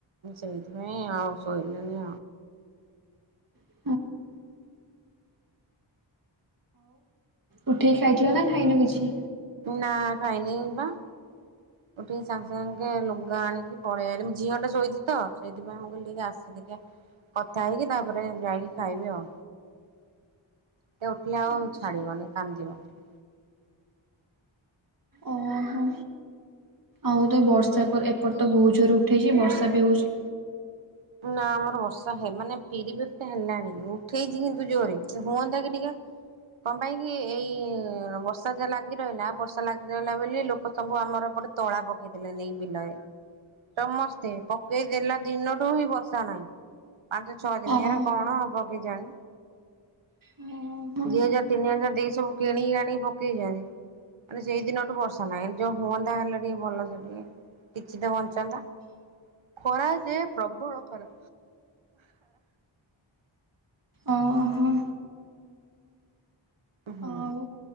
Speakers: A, on the right; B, on the right.
A: ସେଇିଥି ପାଇଁ ଆଉ ଶୋଇିଲିନୀ।
B: ହଁ ଉଠେଇ ଖାଇଥିଲ ନା ଖାଇନୁ କିଛି?
A: ନା ଖାଇନି ପା। ଉଠିକି ସାଙ୍ଗେ ସାଙ୍ଗେ ଲୁଗା ଆଣିକି ପଳେଇଆଇଲି ମୁଁ ଝିଅ ଟା ଶୋଇଚି ତ ସେଇଥିପାଇଁ ମୁଁ କଇଲି ଟିକେ ଆସେ। ଦେଖିଆ କଥା ହେଇକି ତାପରେ ଯାଇଁକି ଖାଇବି ଆଉ। ସେ ଉଠିଲେ ଆଉ
B: ଅଛି।
A: ଛାଡିବନି କାନ୍ଦିବ ଖାଲି।
B: ଓହୋ ଆଉ ତ ଏ ବର୍ଷା ପରେ ଏପଟ ତ ବହୁତ ଜୋରେ ଉଠେଇଚି ବର୍ଷା ବି ହଉଚି।
A: ନା ଆମର ବର୍ଷା ହେ ମାନେ ପିରି ପିରି ଟା ହେଲାଣି ଉଠେଇଚି କିନ୍ତୁ ଜୋରେ ହୁଅନ୍ତା କି ଟିକେ। କଣ ପାଇଁ କିି ଏଇ ବର୍ଷା ଯା ଲାଗି ରହିଲା ବର୍ଷା ଲାଗି ରହିଲା ବୋଲି ଲୋକ ସବୁ ଆମର ଗୋଟେ ତଳା ପକେଇଦେଲେ ନେଇକି ବିଲରେ ସମସ୍ତେ ପକେଇଦେଲା ଦିନ <unintelligible> ବସା ନାହିଁ ପାଞ୍ଚ ଛଅ ଦିନି
B: ଓହୋ
A: ହେରା କଣ ହବ କେଜାଣି?
B: ଓହୋ
A: ଦି ହଜାର ତିନି ହଜାର ଦେଇ କି ସବୁ କିଣି ଆଣି ପକେଇ ଚନ୍ତି। ମାନେ ସେଇ ଦିନଠୁ ବର୍ଷା ନାହିଁ ଯୋଉ ହୁଅନ୍ତା ହେଲେ ଟିକେ ଭଲ ସେ ଟିକେ। କିଛି ତ ବଞ୍ଚନ୍ତା ଖରା ଯେ ପ୍ରବଳ ଖରା।
B: ଓହୋ
A: ହୁଁ।
B: ଆଉ